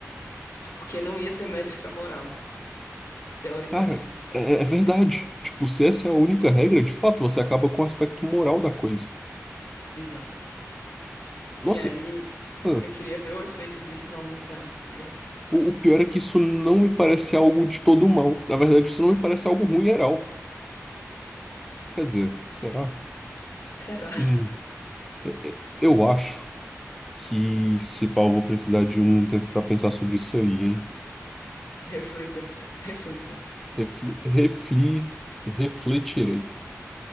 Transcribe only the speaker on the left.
Porque não ia ter métrica moral, teoricamente.
Exatamente. E
aí,
eu queria ver o efeito disso na humanidade, tá ligado?
Será?
<laughs>
Reflita, reflita.